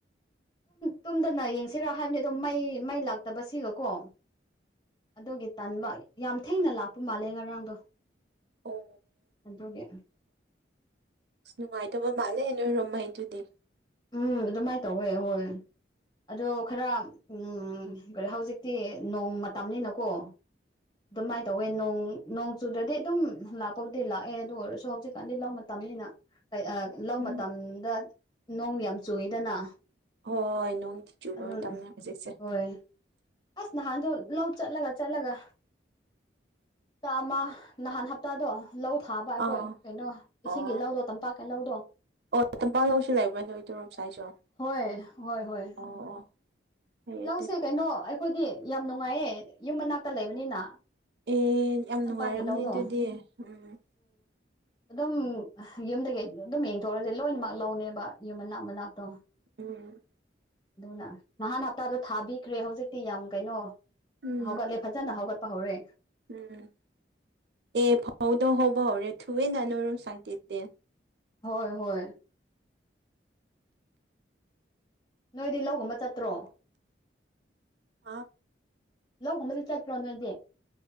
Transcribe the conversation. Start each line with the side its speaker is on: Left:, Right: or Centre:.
Left: ꯇꯨꯝꯗꯅ ꯌꯦꯡꯁꯤꯔꯥ ꯍꯥꯏꯕꯅꯤ ꯑꯗꯨꯝ ꯃꯩ ꯃꯩ ꯂꯥꯛꯇꯕꯁꯤꯒꯀꯣ ꯑꯗꯨꯒꯤ ꯇꯟꯥꯟꯕ ꯌꯥꯝ ꯊꯦꯡꯅ ꯂꯥꯛꯄ ꯃꯥꯜꯂꯦ ꯉꯔꯥꯡꯗꯣ
Right: ꯑꯣ
Left: ꯑꯗꯨꯒ
Right: ꯑꯁ ꯅꯨꯡꯉꯥꯏꯇꯕ ꯃꯥꯜꯂꯦ ꯅꯣꯏꯔꯝꯍꯩ ꯑꯗꯨꯗꯤ
Left: ꯎꯝ ꯑꯗꯨꯃꯥꯏꯅ ꯇꯧꯋꯦ ꯍꯣꯏ ꯑꯗꯣ ꯈꯔ ꯎ ꯀ ꯍꯧꯖꯤꯛꯇꯤ ꯅꯣꯡ ꯃꯇꯝꯅꯤꯅꯀꯣ ꯑꯗꯨꯃꯥꯏꯅ ꯇꯧꯋꯦ ꯅꯣꯡ ꯅꯣꯡ ꯆꯨꯗꯗꯤ ꯑꯗꯨꯝ ꯂꯥꯛꯄꯕꯨꯗꯤ ꯂꯥꯛꯑꯦ ꯑꯗꯨ ꯑꯣꯏꯔꯁꯨ ꯍꯧꯖꯤꯛꯀꯥꯟꯗꯤ ꯂ ꯃꯇꯝꯅꯤꯅ ꯂꯧ
Right: ꯎꯝ
Left: ꯃꯇꯝꯗ ꯅꯣꯡ ꯌꯥꯝ ꯆꯨꯏꯗꯅ
Right: ꯍꯣꯏ ꯍꯣꯏ ꯅꯣꯡꯗꯤ ꯆꯨꯕ
Left: ꯑꯗꯨ
Right: ꯃꯇꯝꯅꯤ ꯍꯧꯖꯤꯛꯁꯦ
Left: ꯍꯣꯏ ꯑꯁ ꯅꯍꯥꯟꯗꯣ ꯂꯧ ꯆꯠꯂꯒ ꯆꯠꯂꯒ ꯍꯞꯇꯥ ꯑꯃ ꯅꯍꯥꯟ ꯍꯞꯇꯥꯗꯣ ꯂꯧ ꯊꯥꯕ ꯑꯩꯈꯣꯏ
Right: ꯑꯥ
Left: ꯀꯩꯅꯣ
Right: ꯑꯣ
Left: ꯏꯁꯤꯡꯒꯤ ꯂꯧꯗꯣ ꯇꯝꯄꯥꯛꯀꯤ ꯂꯧꯗꯣ
Right: ꯑꯣ ꯇꯝꯄꯥꯛꯜꯂꯧꯁꯨ ꯂꯩꯕ ꯅꯣꯏ ꯇꯣꯔꯣꯝ ꯁꯥꯏꯁꯨ
Left: ꯍꯣꯏ ꯍꯣꯏ ꯍꯣꯏ
Right: ꯑꯣ ꯑꯣ ꯐꯩ ꯑꯗꯨ
Left: ꯂꯧꯁꯦ ꯀꯩꯅꯣ ꯑꯩꯈꯣꯏꯗꯤ ꯌꯥꯝ ꯅꯨꯡꯉꯥꯏꯌꯦ ꯌꯨꯝ ꯃꯅꯥꯛꯇ ꯂꯩꯕꯅꯤꯅ
Right: ꯑꯦ ꯌꯥꯝ
Left: ꯇꯝꯄꯥꯛꯀꯤꯦ
Right: ꯅꯨꯡꯉꯥꯏꯔꯝꯅꯤ
Left: ꯂꯧꯔꯣ
Right: ꯑꯗꯨꯗꯤ <inaudible>
Left: ꯑꯗꯨꯝ ꯌꯨꯝꯗꯒꯤ ꯑꯗꯨꯝ ꯌꯦꯡꯊꯣꯛꯑꯁꯦ ꯂꯣꯏꯅꯃꯛ ꯂꯧꯅꯦꯕ ꯌꯨꯝ ꯃꯅꯥꯛ ꯃꯅꯥꯛꯇꯣ
Right: ꯎꯝ
Left: ꯑꯗꯨꯅ ꯅꯍꯥꯟ ꯍꯞꯇꯥꯗꯣ ꯊꯥꯕꯤꯈ꯭ꯔꯦ ꯍꯧꯖꯤꯛꯇꯤ ꯌꯥꯝ ꯀꯩꯅꯣ
Right: ꯎꯝ
Left: ꯍꯧꯒꯠꯂꯦ ꯐꯖꯅ ꯍꯧꯒꯠꯄ ꯍꯧꯔꯦ
Right: ꯎꯝ ꯑꯦ ꯐꯥꯎꯗꯣ ꯍꯕ ꯔꯦ ꯊꯨꯋꯦ ꯅꯅꯔꯨꯝ ꯁꯥꯏꯗ ꯗ
Left: ꯍꯣꯏ ꯍꯣꯏ ꯅꯣꯏꯗꯤ ꯂꯧꯒꯨꯝꯕ ꯆꯠꯇ꯭ꯔꯣ
Right: ꯑ
Left: ꯂꯣꯒꯨꯝꯝꯕꯗꯤ ꯆꯠꯇ꯭ꯔꯣ ꯅꯗꯤꯦ